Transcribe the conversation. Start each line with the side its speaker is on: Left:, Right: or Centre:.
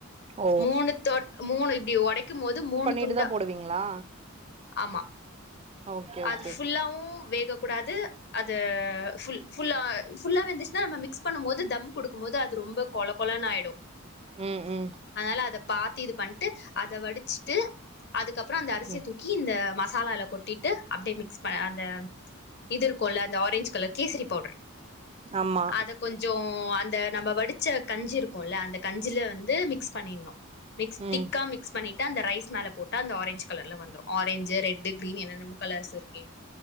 Right: ஓ
Left: மூணு தொ மூணுக் ஒடைக்கு போது மூணு
Right: கேட்டு
Left: துண்டா
Right: தா போடுவீங்களா
Left: ஆமா
Right: ஓகே
Left: அது
Right: ஓகே
Left: ஃபுல்லாவு வேகக்கூடாது அது ஃபுல் ஃபுல்லா ஃபுல்லா வெந்துருச்ன்னா நம்ம மிக்ஸ் பண்ணு போது தம் குடுக்குபோது அது ரொம்ப கொல கொலன்னு ஆயிடு
Right: ம் ம்
Left: அதனால அத பாத்து இது பண்ட்டு அத வடிச்சிட்டு அதுக்கப்புறோ அந்த அரிசிய
Right: ம்
Left: தூக்கி இந்த ம மசாலல கொட்டிட்டு அப்படியே மிக்ஸ் ப அந்த இது இர்க்குல்ல அந்த ஆரஞ்ச் கலர் கேசரி பவுடர்
Right: ஆமா
Left: அத கொஞ்சோ அந் அத நம்ம வடிச்ச கஞ்சி இருக்குல்ல அந்த கஞ்சில வந்து மிக்ஸ் பண்ணினணு மிக்ஸ்
Right: ம்
Left: திக்கா மிக்ஸ் பண்ணி அந்த ரைஸ் மேல போட்டா அந்த ஆரஞ்சு கலர்ல வந்துரு ஆரஞ்சு ரெட்டு கிரீன் என்னென்னமோ கலர்ஸ் இருக்கே